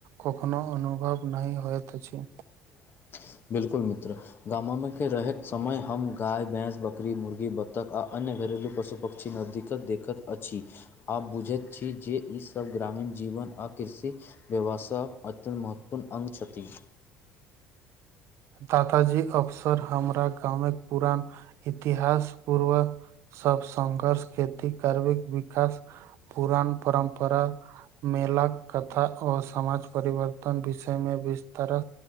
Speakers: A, on the right; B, on the left.
A: कखनो अनुभव नही होत अछी
B: <inaudible> बिल्कुल मित्र गाम में केँ रहैत समय हम गाय भैंस बकरी मुर्गी बत्तख आ अन्य घरेलू पशु पक्षी छैनो दिक्कत देखत अछि आब बुझैत छी जे ईसभ ग्रामीण जीवन आ कृषि बेबा सब अत्यन्त महत्वपूर्ण अंग छथि
A: दादाजी अक्सर हमरा गाँमे पुरान इतिहास पूर्व सब संघर्ष खेती करबैक विकास पुरान परम्परा मेल कथा आ समाज परिवर्तन विषय में विस्तर